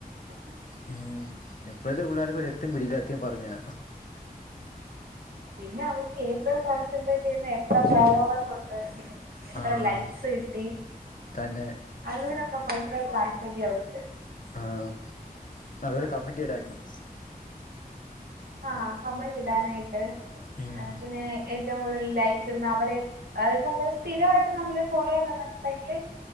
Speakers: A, on the right (about 80°); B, on the left (about 55°).
A: <unintelligible>
B: ഉം ഇപ്പഴത്തെ പിള്ളേർക്കൊരു എത്തും പിടിയില്ലാ സത്യം പറഞ്ഞാ
A: പിന്നെ അവർക്ക് ഏറ്റവും കോൺസെൻട്രേറ്റ് ചെയ്യുന്നെ എത്ര ഫോളോവേഴ്സൊണ്ട് എത്ര
B: ആഹ്
A: ലൈക്സ് കിട്ടി
B: തന്നെ
A: അതിനോടൊക്കെ ഭയങ്കര താൽപര്യാ അവൾക്ക്
B: ആഹ് നല്ലൊരു കമന്റ് ഇടാനും
A: ആഹ് കമന്റിടാനായിട്ട്
B: ഉം
A: എഹ് പിന്നേ ഏറ്റവും കൂടുതൽ ലൈക്ക് ഇടുന്ന അവരേ അത് നമ്മള് സ്ഥിരായിട്ട് നമ്മള് ഫോളോ ചെയ്യുന്നവരൊണ്ടെങ്കില്